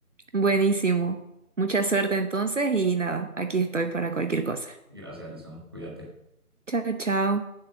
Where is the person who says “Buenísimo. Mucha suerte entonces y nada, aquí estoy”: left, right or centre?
Right